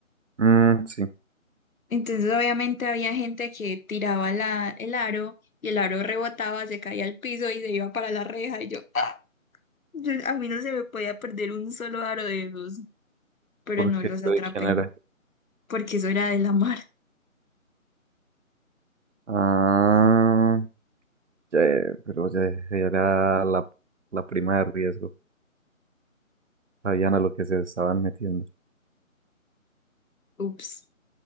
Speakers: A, on the right; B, on the left.
A: Mm, sí,
B: Entonces obviamente había gente que tiraba la, el aro y el aro rebotaba, se caía al piso y se iba para la reja y yo, ¡ah! Yo- a mí no se me podía perder un solo aro de esos, pero
A: porque
B: no los atrapé
A: lo de quién era.
B: porque eso era de la mar.
A: Ah, ya, pero ya era la, la prima de riesgo. Sabían a lo que se estaban metiendo
B: <laughs> Ups.